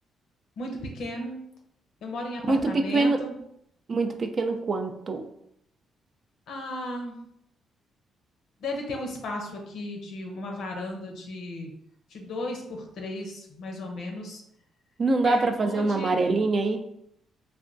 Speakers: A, on the left; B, on the right.
A: Muito pequeno, eu moro em apartamento.
B: Muito pequeno, muito pequeno quanto?
A: Ah, Deve ter um espaço aqui de uma varanda de, de dois por três, mais ou menos.
B: Não dá
A: É
B: para fazer
A: onde,
B: uma amarelinha aí?